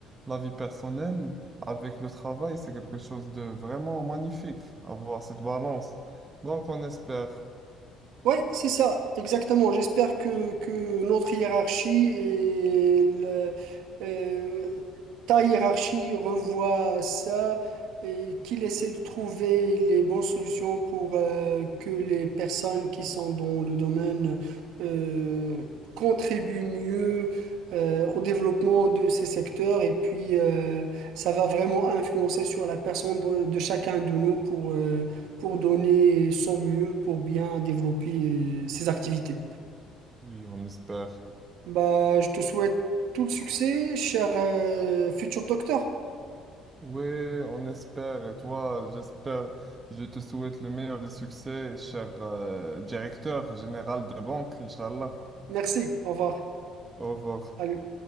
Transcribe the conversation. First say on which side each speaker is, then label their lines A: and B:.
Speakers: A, on the right (about 25°); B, on the right (about 75°).
A: la vie personnelle avec le travail, c'est quelque chose de vraiment magnifique, avoir cette balance. Donc, on espère.
B: Oui, c'est ça, exactement. J'espère que, que notre hiérarchie et le- euh, ta hiérarchie revoient ça et qu'il essaie de trouver les bonnes solutions pour euh, que les personnes qui sont dans le domaine euh, contribuent mieux euh, au développement de ces secteurs et puis euh, ça va vraiment influencer sur la personne de, de chacun de nous pour, euh, pour donner son mieux pour bien développer euh, ses activités.
A: Oui, on espère.
B: Bah, je te souhaite tout le succès, cher euh, futur docteur.
A: Oui, on espère. Et toi, j'espère, je te souhaite le meilleur des succès, cher euh, directeur général de banque, Inch'Allah.
B: Merci, au revoir.
A: Au revoir.
B: Salut.